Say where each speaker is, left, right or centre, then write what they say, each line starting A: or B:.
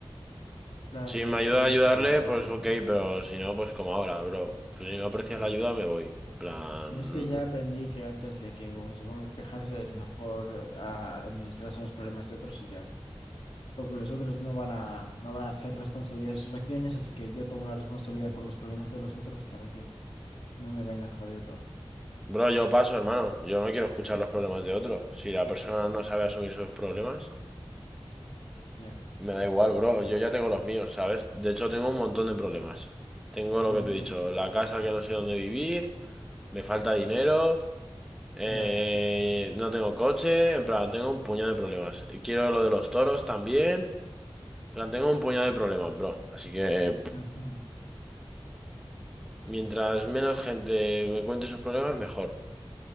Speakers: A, on the left; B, in the centre.
A: Claro,
B: Si
A: como si
B: me ayuda
A: fuera nuestra
B: a ayudarle,
A: culpa a
B: pues ok,
A: ¿no?
B: pero si no, pues como ahora, bro. Pues si no aprecias la ayuda, me voy. En plan,
A: Y es que ya aprendí que antes de que como se ponga a quejarse es mejor ah, administrarse los problemas de otros y ya. porque los otros no van a, no van a hacer responsabilidad de sus acciones, así que yo tomo la responsabilidad por los problemas de los otros para que no me vayan jodiendo.
B: Bro, yo paso, hermano. Yo no quiero escuchar los problemas de otros. Si la persona no sabe asumir sus problemas,
A: Ya.
B: me da igual, bro. Yo ya tengo los míos, ¿sabes? De hecho, tengo un montón de problemas. Tengo lo
A: Ujú.
B: que te he dicho, la casa que no sé dónde vivir, me falta dinero, eh,
A: Ya.
B: no tengo coche, en plan, tengo un puñado de problemas. Quiero lo de los toros también, en plan, tengo un puñado de problemas, bro. Así que, pff,
A: Ujú.
B: mientras menos gente me cuente sus problemas, mejor.